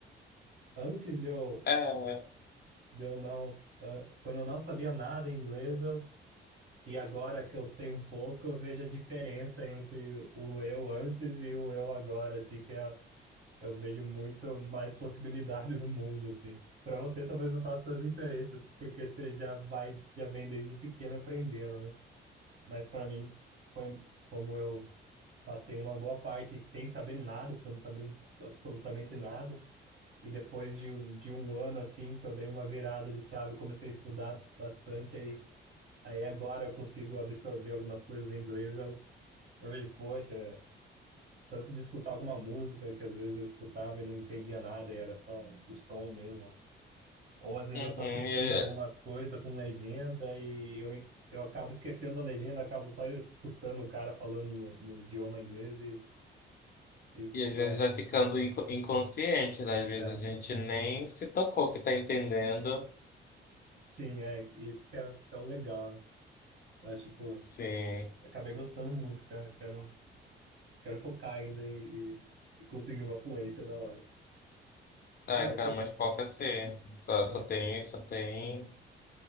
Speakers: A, on the right; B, on the left.
A: antes de eu,
B: É, uhum.
A: de eu não... ah, Quando eu não sabia nada em inglês, eu, e agora que eu sei um pouco, eu vejo a diferença entre o eu antes e o eu agora, assim, que é Eu vejo muito mais possibilidade no mundo, assim. Para você, talvez não faça tanta diferença, porque você já vai, já vem desde pequeno aprendendo, né? Mas para mim, foi como eu passei uma boa parte sem saber nada, porque eu não sabia absolutamente nada. E depois de, um- de um ano, assim, que eu dei uma virada de chave, comecei a estudar bastante, aí, aí agora eu consigo absorver algumas coisas em inglês, eu, eu vejo, poxa tanto de escutar alguma música que às vezes eu escutava e não entendia nada e era só o som mesmo. Ou às vezes
B: E,
A: eu tô assistindo alguma coisa com legenda e eu, eu acabo esquecendo a legenda, acabo só escutando o cara falando no, no idioma inglês e, e,
B: e às
A: e
B: vezes
A: é,
B: vai ficando inco- inconsciente, né? Às vezes
A: é,
B: a gente nem se tocou que tá entendendo.
A: sim, é isso que é, que é o legal, né? Eu acho, pô,
B: Sim.
A: acabei gostando muito, cara. Quero, quero focar ainda e, e e conseguir uma fluência da hora.
B: Ai,
A: É, o
B: cara,
A: que eu,
B: mas foca assim. Só,
A: né?
B: só tem, só tem,